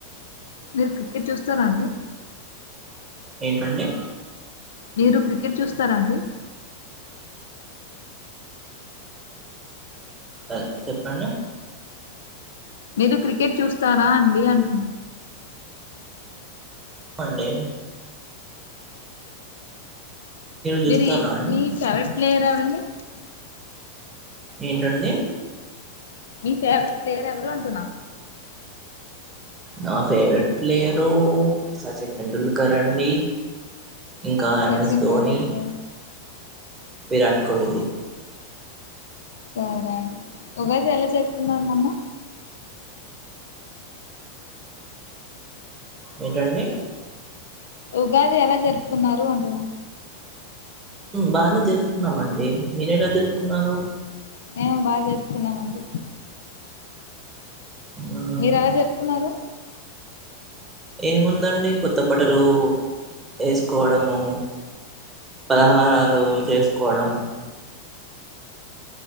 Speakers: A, on the left (about 60°); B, on the right (about 20°).
A: మీరు క్రికెట్ చూస్తారా అండి.
B: ఏంటండి?
A: మీరు క్రికెట్ చూస్తారా అండి
B: ఆ చెప్పండి.
A: మీరు క్రికెట్ చూస్తారా అండి అంటున్న
B: మండి. చూస్తారా
A: మీరి
B: అండి
A: మీ ఫేవరెట్ ప్లేయర్ ఎవరండి?
B: ఏంటండి?
A: మీ ఫేవరెట్ ప్లేయర్ ఎవరు అంటున్నా
B: నా ఫేవరెట్ ప్లేయరు సచిన్ టెండూల్కర్ అండి ఇంకా ఎం
A: సచిన్
B: ఎస్ ధోని
A: టెండూల్కర్
B: విరాట్ కోహిలీ
A: సరే అండి ఉగాది ఎలా జప్పుకున్నారు మోన్న
B: ఏంటండి
A: ఉగాది ఎలా జరుపుకున్నారు అంటున్నా
B: బానే జరుపుకున్నామండి మీరు ఎలా జరుపుకున్నారు
A: మేము బాగా జరుపుకున్నామండి
B: మ్మ్,
A: మీరు ఎలా జరుపుకున్నారు
B: ఏముందండి కొత్త బట్టలు వేసుకోవడము పలహారాలు చేసుకోవడం